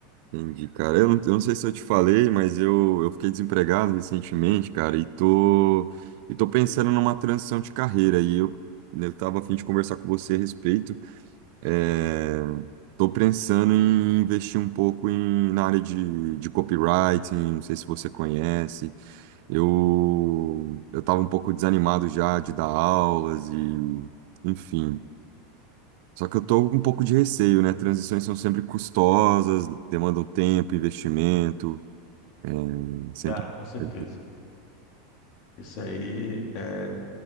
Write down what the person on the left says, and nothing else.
Cara, com certeza.
Isso aí, é,